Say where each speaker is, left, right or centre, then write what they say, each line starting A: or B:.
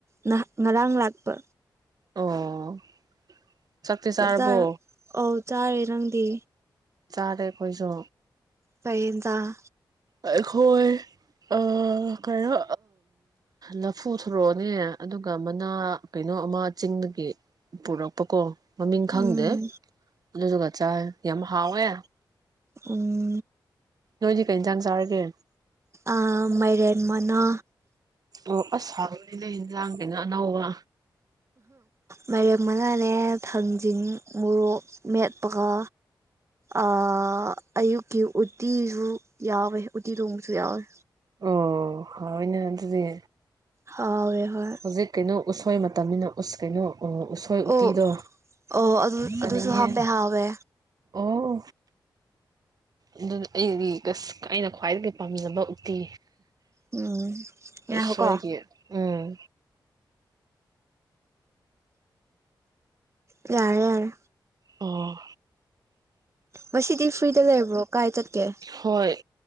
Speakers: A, on the right; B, on the right.
A: ꯅꯍꯥꯟ ꯉꯔꯥꯡ ꯂꯥꯛꯄ
B: ꯑꯣ ꯆꯥꯛꯇꯤ
A: ꯆꯥꯛ
B: ꯆꯥꯔꯕꯣ
A: ꯆꯥꯔꯣ ꯑꯧ ꯆꯥꯔꯦ ꯅꯪꯗꯤ
B: ꯆꯥꯔꯦ ꯑꯩꯈꯣꯏꯁꯨ
A: ꯀꯩ ꯏꯟꯖꯥꯡ
B: ꯑꯩꯈꯣꯏ ꯑ ꯀꯩꯅꯣ ꯂꯐꯨ ꯊꯔꯣꯅꯦ ꯑꯗꯨꯒ ꯃꯅꯥ ꯀꯩꯅꯣ ꯑꯃ ꯆꯤꯡꯗꯒꯤ ꯄꯨꯔꯛꯄꯀꯣ ꯃꯃꯤꯡ ꯈꯪꯗꯦ
A: ꯎꯝ
B: ꯑꯗꯨꯗꯨꯒ ꯆꯥꯏ ꯌꯥꯝ ꯍꯥꯎꯋꯦ
A: ꯎꯝ
B: ꯅꯣꯏꯗꯤ ꯀꯩ ꯏꯟꯖꯥꯡ ꯆꯥꯔꯒꯦ
A: ꯑ ꯃꯥꯏꯔꯦꯟ ꯃꯅꯥ
B: ꯑꯣ ꯑꯁ ꯍꯧꯕꯅꯤꯅꯦ ꯌꯦꯟꯖꯥꯡꯒꯤꯅ ꯑꯅꯧꯕ
A: ꯃꯥꯏꯔꯦꯝ ꯃꯅꯥꯅꯦ ꯊꯥꯡꯖꯤꯡ ꯃꯣꯔꯣꯛ ꯃꯦꯠꯄꯒ ꯑ ꯑꯌꯨꯛꯀꯤ ꯎꯇꯤꯁꯨ ꯌꯥꯎꯋꯦ ꯎꯇꯤ ꯊꯣꯡꯕꯁꯨ ꯌꯥꯎꯋꯦ
B: ꯑꯣ ꯍꯥꯎꯋꯦꯅ ꯑꯗꯨꯗꯤ
A: ꯍꯥꯎꯋꯦ ꯍꯣꯏ
B: ꯍꯧꯖꯤꯛ ꯀꯩꯅꯣ ꯎꯁꯣꯏ ꯃꯇꯝꯅꯤꯅ ꯎꯁ ꯀꯩꯅꯣ
A: ꯑꯣ
B: ꯎꯇꯤꯗꯣ
A: ꯑꯣ ꯑꯗꯨ
B: ꯆꯥꯅꯤꯡꯉꯦ
A: ꯑꯗꯨꯁꯨ ꯍꯥꯞꯄꯦ ꯍꯥꯎꯋꯦ
B: ꯑꯣ ꯑꯗꯨ <unintelligible> ꯑꯩꯒꯤ ꯑꯩꯅ ꯈ꯭ꯋꯥꯏꯗꯒꯤ ꯄꯥꯝꯖꯕ ꯇꯦ
A: ꯎꯝ꯫ ꯉꯥꯏꯈꯣꯀꯣ
B: ꯎꯁꫭꯏꯒꯤ ꯎꯝ
A: ꯌꯥꯔꯦ ꯌꯥꯔꯦ
B: ꯑꯣ
A: ꯉꯁꯤꯗꯤ ꯐ꯭ꯔꯤꯗ ꯂꯩꯕ꯭ꯔꯣ ꯀꯥꯏ ꯆꯠꯀꯦ
B: ꯍꫭꯏ